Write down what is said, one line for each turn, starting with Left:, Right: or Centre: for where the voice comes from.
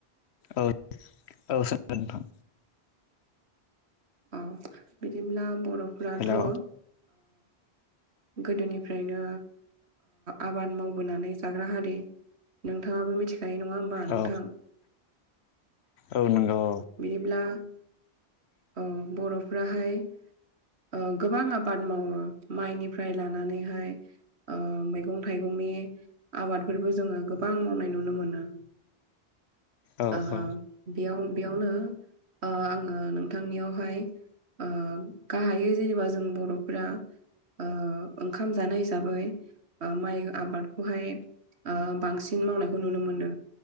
Left: औ औ सोंदो नोंथां।
Right: औ बिदिब्ला बर'फोराथ'
Left: हेलौ
Right: ओ गोदोनिफ्रायनो आबाद मावबोनानै जाग्रा हारि नोंथाङाबो मिथिखायो नङा होमबा नोंथां?
Left: औ औ नंगौ औ।
Right: बिदिब्ला ओ बर'फ्राहाय ओ गोबां आबाद मावो माइनिफ्राय लानानैहाय ओ मैगं थाइगंनि आबादफोरबो जोङो गोबां मावनाय नुनो मोनो।
Left: औ
Right: ओ
Left: औ
Right: बेयाव बेयावनो ओ आङो नोंथांनियावहाय ओ गाहायो जेनेबा जों बर'फोरा ओ ओंखाम जानाय हिसाबै ओ माइ आबादखौहाय ओ बांसिन मावनायखौ नुनो मोनो।